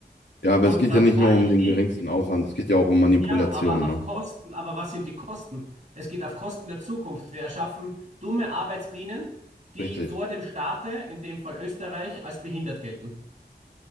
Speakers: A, on the left (about 85°); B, on the right (about 45°).
A: Ja, aber
B: Und
A: es geht
B: das
A: ja nicht
B: war
A: nur um
B: ich
A: den
B: nie.
A: geringsten Aufwand, es geht ja auch um Manipulation,
B: Ja, aber auf
A: ne?
B: Kosten, aber was sind die Kosten? Es geht auf Kosten der Zukunft. Wir erschaffen dumme Arbeitsbienen, die
A: Richtig.
B: vor dem Staate, in dem Fall Österreich, als behindert gelten.